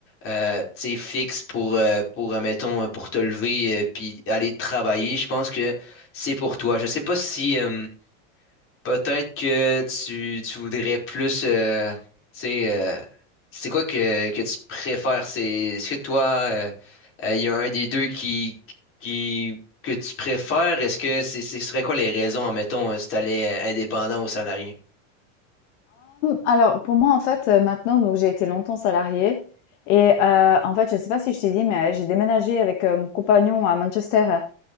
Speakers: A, on the left (about 35°); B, on the left (about 60°).
A: euh, euh, tu sais, fixe pour, euh, pour, euh, mettons, euh, pour te lever euh, puis aller travailler, je pense que c'est pour toi. Je sais pas si, euh, Peut-être que tu, tu voudrais plus, euh, tu sais, euh, c'est quoi que, que tu préfères? C'est, est-ce que toi, euh, euh, il y a un des deux qui, qui, que tu préfères? Est-ce que c'est, ce serait quoi les raisons, admettons, euh, si t'allais euh, indépendant ou salarié?
B: alors pour moi, en fait, heu, maintenant donc j'ai été longtemps salariée et heu, en fait, je ne sais pas si je t'ai dit, mais, heu, j'ai déménagé avec, heu, mon compagnon à Manchester